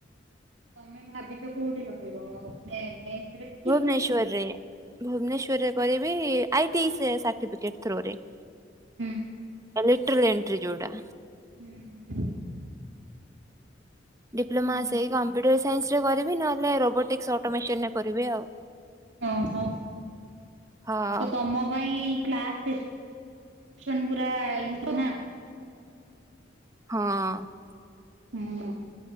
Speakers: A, on the right (about 85°); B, on the right (about 15°).
A: ତମେ ଭାବିଚ କୋଉଠି ରହିବ ସେ ମେସ ରେ।
B: ଭୁବନେଶ୍ୱରେ ଭୁବନେଶ୍ଵରରେ କରିବି ଆଇ ଟି ଆଇ ସ ସାର୍ଟିଫିକେଟ ଥ୍ରୋ ରେ ‌।
A: ହୁଁ।
B: ଏଲିକଟ୍ରାଲ ଏଣ୍ଟ୍ରି ଯୋଉଟା।
A: ଉଁ ହୁଁ।
B: ଡିପ୍ଲୋମା
A: ହୁଁ।
B: ସେଇ କମ୍ପ୍ୟୁଟର ସାଇନ୍ସ ରେ କରିବି ନହେଲେ ରୋବୋଟିକ୍ସ ଅଟୋମେସନରେ କରିବି ଆଉ।
A: ଓହୋ
B: ହଁ
A: ତ ତମ ପାଇଁ। କ୍ଲାସ୍ ଟିଉସନ ପୁରା <unintelligible> ନା
B: ହଁ।
A: ହୁଁ।